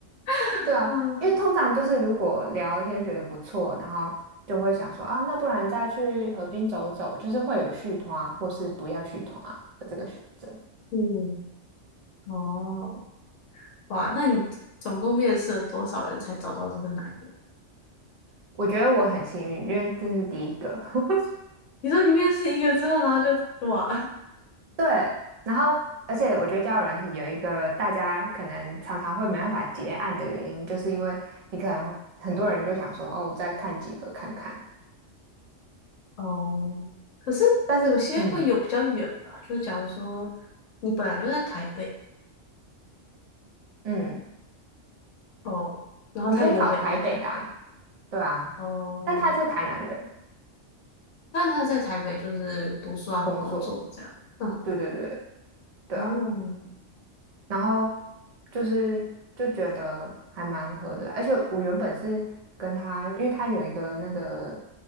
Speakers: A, on the left; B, on the right.
A: <laughs>
B: 对啊，
A: 嗯，
B: 因为通常就是如果聊天觉得不错，然后就会想说啊，那不然再去河滨走走，就是会有续团啊或是不要续团啊的这个选择。
A: 嗯，哦，哇，那你总共面试了多少人才找到这个男友？
B: 我觉得我很幸运，因为这是第一个。<laughs>
A: 你说你面试一个之后，然后就哇，
B: 对，然后而且我觉得交友软体有一个大家可能常常会没办法结案的原因，就是因为你可能很多人就想说，哦，再看几个看看，
A: <laughs> 哦，可是有些会有比较远吧，
B: 但是嗯
A: 就假如说你本来就在台北，
B: 嗯，
A: 哦，然后他原本也在台北，
B: 你可以找台北的啊，对啊，
A: 哦，
B: 但他是台南人
A: 那他在台北就是读书啊或工作这样，
B: 工作，
A: 嗯，
B: 对对对对啊。
A: 哦，
B: 然后就是就觉得还蛮合的啦，而且我原本是跟他，因为他有一个那个，